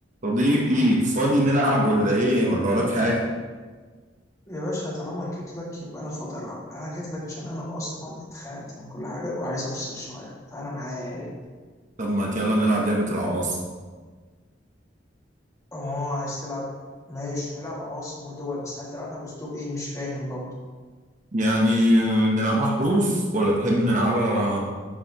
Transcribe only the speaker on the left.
يا باشا طالما جيت لك يبقى انا فاضي العب انا جيت لك عشان انا اصلا اتخنقت من كل حاجه وعايز افصل شويه فانا معاك
اه عايز تلعب ماشي هنلعب عواصم ودول بس عايز تلعبها باسلوب ايه مش فاهم برضه